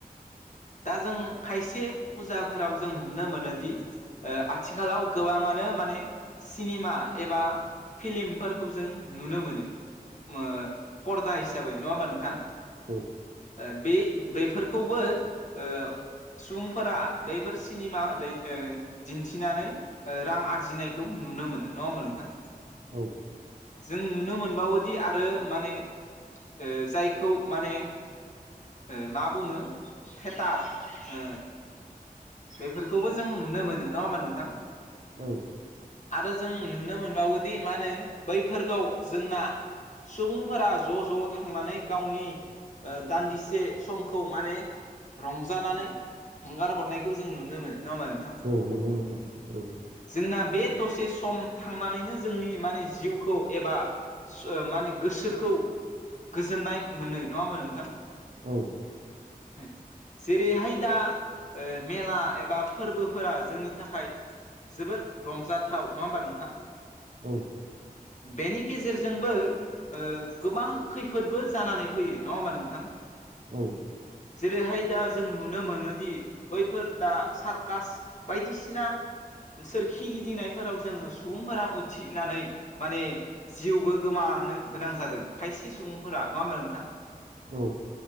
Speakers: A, on the left; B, on the right.
A: दा जों खायसे फुजाफोराव जों नुनो मोनोदि ओ आथिखालाव गोबांंङानो माने सिनेमा एबा फिलिमफोरखौ जों नुनो मोनो ओ पर्दा हिसाबै नंङा होमबा नोंथां?
B: औ
A: ओ बे बेफोरखौबो ओ सुबुंफोरा बैफोर सिनेमा दै ओ दिन्थिनानै ओ रां आरजिनायखौ नुनो मोनो नंङा होमबा नोंथां?
B: औ औ
A: जों नुनो मोनबावोदि आरो माने ओ जायखौ माने ओ मा बुङो थेटार ओ बेफोरखौबो जों नुनो मोनो नंङा होमबा नोंथां?
B: औ
A: आरो जों नुनो मोनबावोदि मा होनो बैफोरखौ जोंना सुबुंफोरा ज' ज' थांनानै गावनि ओ दान्दिसे समखौ माने रंजानानै हेंगार हरनायखौ जों नुनो मोनो नङा होमा नों
B: औ नंगौ नोंथां औ।
A: जोंना बे दसे सम थांनानैनो जोंनि माने जिउखौ एबा <unintelligible> ओ माने गोसोखौ गोजोननाय मोनो नङा होनबा नोंथां?
B: औ
A: <unintelligible> जेरैहाय दा ओ मेला एबा फोरबोफोरा जोंनि थाखाय जोबोर रंजाथाव नङा होमबा नोंथां?
B: औ
A: बेनि गेजेरजोंबो ओ गोबां खैफोदबो जानानै फैयो नङा होमबा नोंथां?
B: औ
A: जेरैहाय दा जों नुनो मोनोदि बैफोर दा सारकास बायदिसिना सोरखि गिदिंनायफोराव जोङो सुबुंफोरा उथिनानै माने जिउबो गोमानो गोनां जादों खायसे सुबुंफोरा नङा होमबा नोंथां?
B: औ